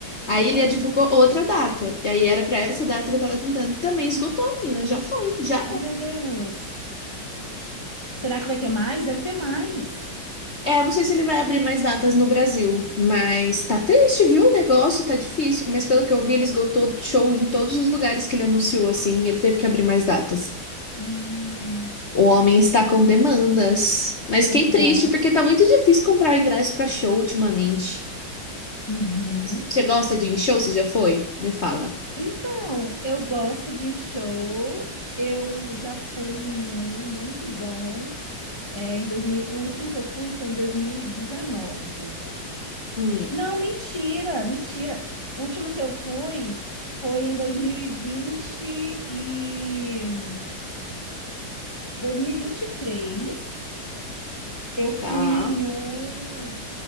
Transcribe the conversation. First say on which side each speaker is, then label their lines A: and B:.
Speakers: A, on the left; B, on the left.
A: Aí ele
B: Ah,
A: divulgou outra data. E aí era pra essa data que eu tava tentando. Também esgotou, menina. Já foi. Já
B: ai, meu Deus. Será que vai ter mais? Deve ter mais.
A: É, eu não sei se ele vai abrir mais datas no Brasil, mas tá triste, viu? O negócio tá difícil, mas pelo que eu vi, ele esgotou show em todos os lugares que ele anunciou, assim, ele teve que abrir mais datas.
B: Hum,
A: O homem está com demandas, mas
B: Não
A: fiquei triste
B: é?
A: porque tá muito difícil comprar ingresso pra show ultimamente.
B: uhum.
A: Você gosta de ir em show? Você já foi? Me fala.
B: Então, eu gosto de ir em show. Eu já fui em um muito bom. É, em 2000. o último que eu fui foi em 2019.
A: Hum,
B: Não, mentira, mentira. O último que eu fui foi em dois mil e vinte vinte e e e dois mil e vinte e três. Eu fui
A: tá.
B: em um